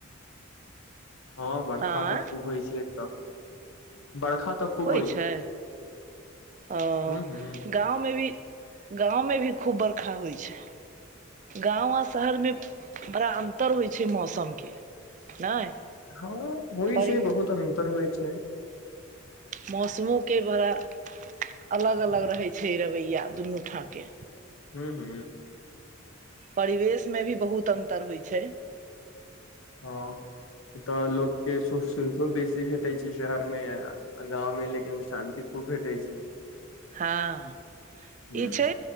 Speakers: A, on the left (about 90°); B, on the right (about 40°).
A: हँ बरखा
B: आँय
A: तऽ खूब होइ छै एतऽ। बरखा तऽ खूब
B: होइ छै ओ।
A: ह ह
B: गाँवमे भी गाँवमे भी खूब बरखा होइ छै गाँव आ शहरमे बड़ा अन्तर होइ छै मौसमके, नहि।
A: हँ होइ
B: परि
A: छै बहुत अन्तर होइ छै।
B: मौसमोके बड़ा अलग अलग रहैत छै रवैया दुनू ठाँ के।
A: हू हू।
B: परिवेशमे भी बहुत अन्तर होइ छै।
A: हँ ए तऽ लोकके सुख सुविधो बेसी भेटैय छै शहर मे। गाँवमे लेकिन शान्ति खूब भेटैय छै।
B: हँ
A: ह
B: ई छै